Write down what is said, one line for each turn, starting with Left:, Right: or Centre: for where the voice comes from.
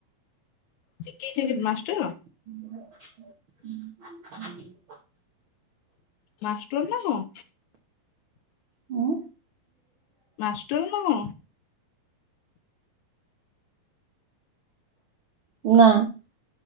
Left: ସିଏ କି ଚାକିରି ମାଷ୍ଟର?
Right: <inaudible>
Left: ମାଷ୍ଟର୍ ନା କଣ?
Right: ଉଁ
Left: ମାଷ୍ଟର୍ ନା କଣ?
Right: ନା।